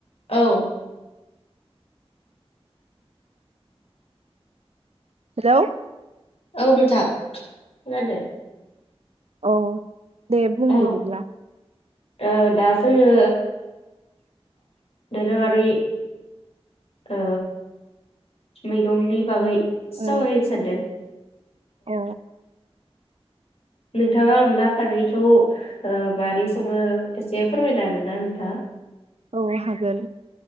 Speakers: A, on the left (about 70°); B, on the right (about 75°).
A: औ।
B: हेल'
A: औ नोथां खोनादो।
B: औ। दे बुं
A: औ
B: बिदिब्ला।
A: ओ दा जोङो। <unintelligible> भि ओ मैगंनि बागै। सावरायनो
B: औ
A: सानदों।
B: औ।
A: नोंथाङा अनला खारैखौ ओ मारै संङो एसे फोरमायनो हागोन ना नोंथाङा।
B: औ हागोन।